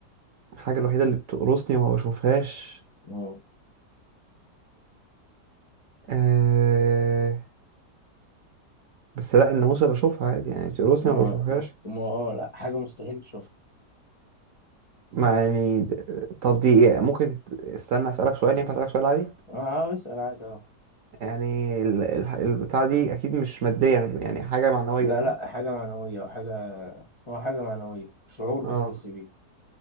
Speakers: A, on the right; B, on the left.
A: الحاجة الوحيدة اللي بتقرصني وما بشوفهاش
B: ما
A: آه... بس لا الناموسة بشوفها عادي يعني بتقرصني
B: ما
A: وما بشوفهاش
B: ما آه، لا حاجة مستحيل تشوفها
A: ما يعني طب دي إيه؟ ممكن ت- استنى أسألك سؤال ينفع أسألك سؤال عادي؟
B: أه آه، اسأل عادي أه
A: يعني ال- ال- البتاع دي أكيد مش مادية يعني حاجة معنوية
B: لا
A: صح؟
B: لا حاجة معنوية أو حاجة هو حاجة معنوية شعور
A: آه
B: بتحس بيه